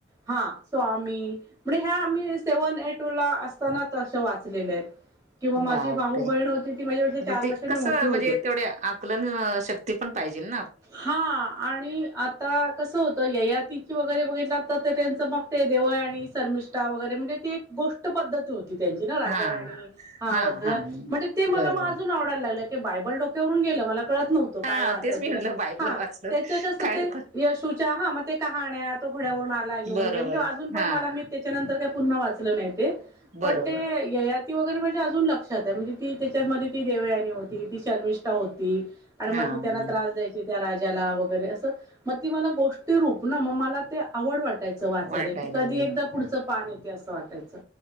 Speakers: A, on the right; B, on the right.
A: हा स्वामी म्हणजे ह्या आम्ही सेव्हन ए टू ला असतानाच अशा वाचलेल्या आहेत किंवा माझी
B: बाव
A: भाऊ
B: परे
A: बहीण होती ती माझ्यापेक्षा
B: मग
A: चार
B: ते
A: वर्षांनी
B: कस
A: मोठी होते
B: म्हणजे तेवढे आकलन शक्ती पण पाहिजेलं
A: हा आणि आता कस होतं ययातीची वगैरे वगैरे जात ते त्यांचं मग ते देवळ आणि सरमिष्ठा वगैरे म्हणजे ती एक गोष्ट पद्धत होती कि त्यांची ना राजा
B: हा
A: राणी हाआवडते
B: हा हा
A: म्हणजे ते
B: बर
A: मलाम अजून आवडायला लागलं बायबल डोक्यावरून गेलं मला कळत नव्हतं
B: हा
A: काय वाचायचं
B: तेच मी म्हटलं
A: काय
B: बायबल
A: हा
B: वाचलं
A: त्याच कसं
B: काय
A: ते यशूच्या हा मग ते कहाण्या तो घोड्यावरून आला घेऊन
B: बरोबर
A: घे म्हणजे अजून पण
B: हा
A: पण मला मी त्याच्यानंतर काय पुन्हा वाचलं नाही ते
B: बरोबर
A: पण ते ययाती ती वगैरे म्हणजे अजून लक्षात आहे म्हणजे ती त्याच्यामध्ये ती देवयानी होती ती शर्मिष्ठा होती आणि मग
B: हा
A: ती त्यांना
B: हा
A: त्रास द्यायची त्या राजाला वगैरे असं मग ती मला गोष्टी रूपना मग मला ते आवड वाटते वाचायच वाचायला
B: वाटायला
A: की कधी
B: लागले
A: एकदा पुढं पान येते असं वाटायचं